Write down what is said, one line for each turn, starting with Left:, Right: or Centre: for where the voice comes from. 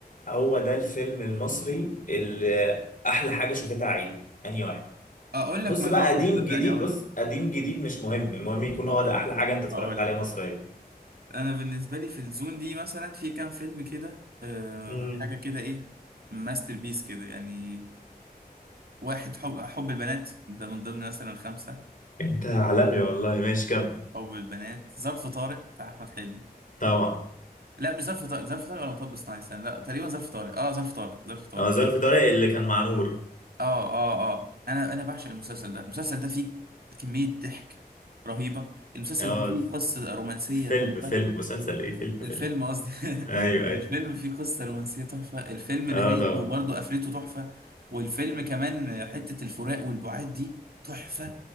Left: هو ده الفيلم المصري اللي احلى حاجه شافتها عين انهي واحد
Right: اقول
Left: بص
Right: لك ما
Left: بقى
Right: اقول
Left: قديم
Right: لك صدقني
Left: جديد
Right: اقول
Left: بص
Right: لك
Left: قديم جديد مش مهم المهم يكون
Right: اقول
Left: هو ده احلى
Right: لك
Left: حاجه انت اتفرجت
Right: اقول
Left: عليها
Right: لك
Left: مصريه
Right: انا بالنسبه لي في الزون دي مثلا في كام فيلم كده أه
Left: امم
Right: حاجه كده ايه ماستر بيس كده يعني واحد حب حب البنات ده من ضمن مثلا خمسه
Left: انت عالمي والله ماشي كمل
Right: حب البنات ظرف طارق بتاع احمد حلمي
Left: طبعا
Right: لا مش ظرف طارق ظرف طارق ولا مطب صناعي استنى، لا تقريبا ظرف طارق اه ظرف طارق ظرف طارق
Left: هو ظرف طارق اللي كان مع نور
Right: اه اه اه انا انا بعشق المسلسل ده المسلسل ده فيه كمية ضحك رهيبة المسلسل
Left: اه
Right: ده فيه قصة رومانسية
Left: فيلم
Right: تحفة
Left: فيلم مسلسل ايه فيلم
Right: الفيلم
Left: فيلم
Right: قصدي
Left: ايوه
Right: <laughs>
Left: ايوه
Right: الفيلم فيه قصة رومانسية تحفة الفيلم
Left: اه
Right: نهايته
Left: طبعا
Right: برضه قفلته تحفة والفيلم كمان حتة الفراق والبعاد دي تحفة